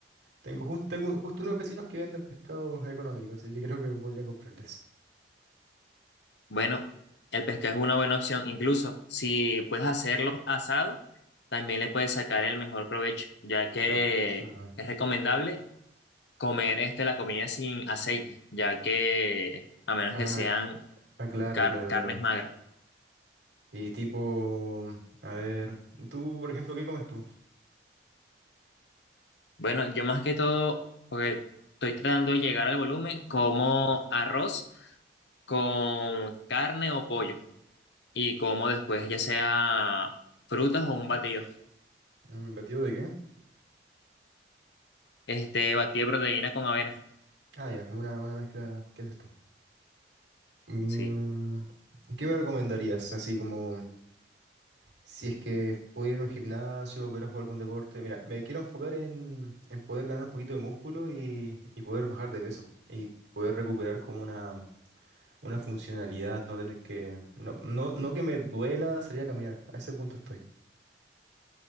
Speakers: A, on the right; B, on the left.
A: tengo, jus- tengo justo unos vecinos que venden pescado económico, así que creo que podría comprarles.
B: Bueno, el pescado es una buena opción, incluso si puedes hacerlo asado, también le puedes sacar el mejor provecho, ya que
A: Causa.
B: es recomendable comer este la comida sin aceite, ya que a menos
A: Ah,
B: que sean
A: ah, claro,
B: car-
A: claro,
B: carnes
A: claro.
B: magras.
A: Y tipo, mm, a ver, tú, por ejemplo, ¿qué comes tú?
B: Bueno, yo más que todo, porque estoy tratando de llegar al volumen, como arroz con carne o pollo y como después ya sea frutas o un batido.
A: Mm, ¿Batido de qué?
B: Este batido de proteína con avena.
A: Ah, ya, es una, una mezcla. ¿Qué es esto? Mm,
B: Sí.
A: ¿qué me recomendarías? Así como. Si es que pudiera ir a un gimnasio, pudiera jugar algún deporte. Mira, me quiero enfocar en, en poder ganar un poquito de músculo y, y poder bajar de peso. Y poder recuperar como una, una funcionalidad, no tener que... No, no, no que me duela salir a caminar. A ese punto estoy.